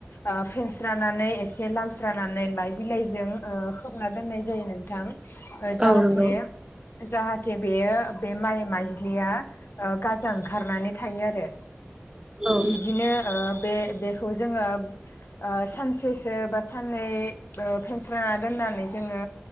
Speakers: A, on the left (about 65°); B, on the right (about 15°).
A: ओ फेनस्रानानै एसे लामस्रानानै लाइ बिलाइजों खोबना दोननाय जायो नों नोंथां जाहाथे
B: औ नंगौ
A: जाहाथे बेयो बे माइ माइलिया। गाजा ओंखारनानै थायो आरो
B: औ
A: बिदिनो ओ बे बे, खौ जोङो। ओ सानसेसो बा साननै ओ फेेनस्लाना दोननानै जोङो।